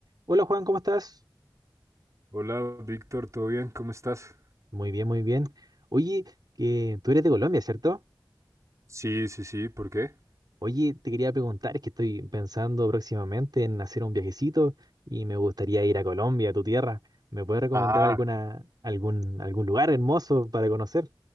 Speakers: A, on the right; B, on the right.
A: Hola Juan, ¿cómo estás?
B: Hola, Víctor, ¿todo bien? ¿Cómo estás?
A: Muy bien, muy bien. Oye, que tú eres de Colombia, ¿cierto?
B: Sí, sí, sí, ¿por qué?
A: Oye, te quería preguntar, es que estoy pensando próximamente en hacer un viajecito y me gustaría ir a Colombia, a tu tierra. ¿Me puedes recomendar
B: Ah,
A: alguna,
B: Ah,
A: algún, algún lugar hermoso para conocer?